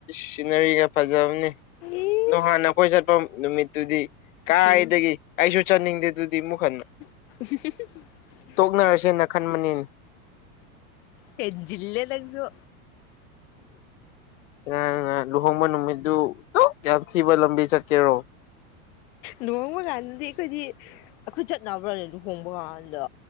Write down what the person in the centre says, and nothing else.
ꯏꯁ
ꯎꯝ
<unintelligible>
ꯍꯦꯟꯖꯤꯜꯂꯦ ꯅꯪꯁꯨ
ꯂꯨꯍꯣꯡꯕ ꯀꯥꯟꯗꯗꯤ ꯑꯩꯈꯣꯏꯗꯤ ꯑꯩꯈꯣꯏ ꯆꯠꯅꯕ꯭ꯔꯣꯅꯦ ꯂꯨꯍꯣꯡꯕ ꯒꯥꯟꯗꯥ